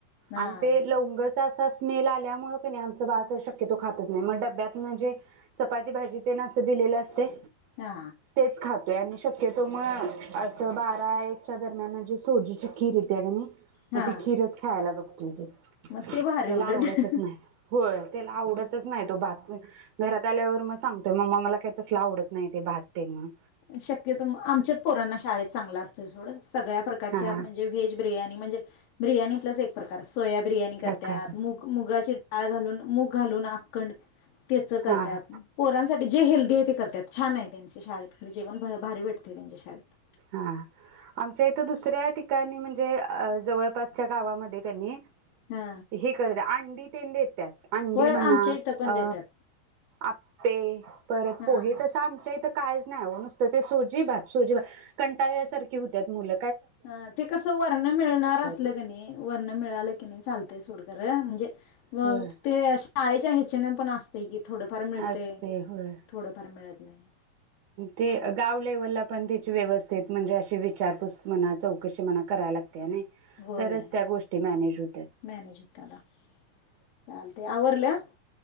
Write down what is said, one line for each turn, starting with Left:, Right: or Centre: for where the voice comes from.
Left: हा
Right: आणि ते लवंगाच अस सासमेला आल्यामुळं कनाय आमचं भात शक्यतो खातच नाही म डब्यात म्हणजे चपाती भाजी ते ना असं दिलेलं असतय.
Left: हा
Right: तेच खात आणि शक्यतो मग असं बारा एकच्या दरम्यान म्हणजे सोजीची खीर येतीया का नई
Left: हा
Right: मग ते खीरच खायला बघ
Left: मग
Right: <unintelligible>
Left: ते भारी
Right: त्याला
Left: उलट
Right: आवडतच नाही, होय त्याला आवडत खातच नाही तो भात घरात आल्यावर मग सांगतोय मम्मा मला काय तसल आवडत नाही. ते भात तेन
Left: शक्यतो आमच्याच पोरांना शाळेत चांगला असतोय सोड सगळ्या प्रकारच्या
Right: हा
Left: म्हणजे व्हेज बिर्याणी म्हणजे बिर्याणीतच एक प्रकार सोया बिर्याणी करते
Right: प्रकार
Left: आात मुग मुगाची डाळ घालून मूग घालून अखंड तेच करत
Right: हा.
Left: पोरांसाठी जे हेल्दी आहे ते करत्यात छान आहे त्यांचे शाळेत खरं जेवण भ भारी भेटते त्यांच्या शाळेत
Right: हा आमच्या इथं दुसऱ्या ठिकाणी म्हणजे जवळपासच्या गावामध्ये कनी
Left: हा
Right: ही कर द आंडी तेन देत्यात अंडी
Left: होय
Right: म्हणा
Left: आमच्या इथं पण
Right: अ
Left: देतात
Right: आप ते परत
Left: हा
Right: पोहे तसं आमच्या इथं काहीच नाही हो नुसतं ते सोजी भात सोजी भात कंटाळ्यासारखी होत्यात मूल
Left: अ ते कस वरण मिळणार असलं
Right: तू
Left: की नाही वरण मिळालं की नाही चालतय सोड र म्हणजे व
Right: होय
Left: ते शाळेच्या चनन पण असतय की थोडंफार मिळतंय
Right: असते होय
Left: थोडंफार मिळत नाही.
Right: ते गाव लेवलला पण त्याची व्यवस्था म्हणजे अशी विचारपूस मना चौकशी मला करायला लागते
Left: होय
Right: तरच त्या गोष्टी मॅनेज होतात
Left: मॅनेज होतं आता चालतंय आवरलं?